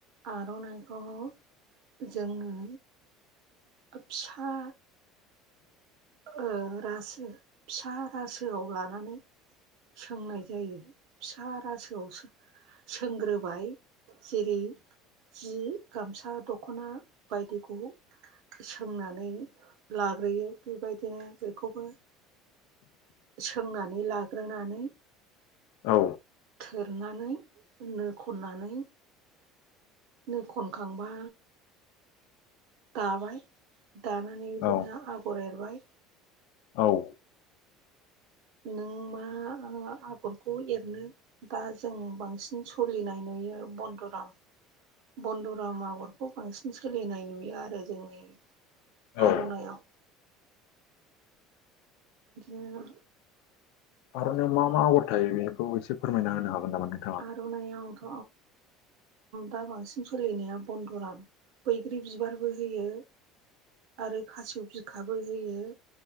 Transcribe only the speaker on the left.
औ
औ
औ
दा
आरनायाव मा मा आगर थायो बेखौ एसे फोरमायना होनो हागोन। नामा नोंथाङा?